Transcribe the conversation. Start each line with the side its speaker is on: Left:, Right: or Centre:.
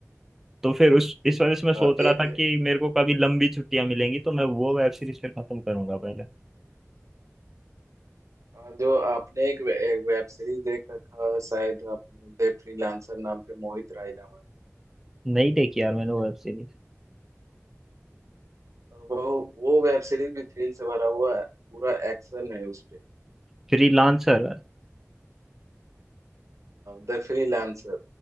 Centre: तो फिर उस इस वजह से मैं सोच
Right: अ, एक
Centre: रहा था कि मेरे को कभी लंबी छुट्टियां मिलेंगी तो मैं वो वेब सीरीज फिर खत्म करूंगा पहले
Right: अ, जो आपने एक वे- एक वेब सीरीज देख रखा है शायद आपने द फ्रीलांसर नाम के मोहित रायनावत
Centre: नहीं देखी यार मैंने वेब सीरीज
Right: अ, वो वो वेब सीरीज भी थ्रिल से भरा हुआ है पूरा एक्शन है उसपे
Centre: फ्रीलांसर
Right: द फ्रीलांसर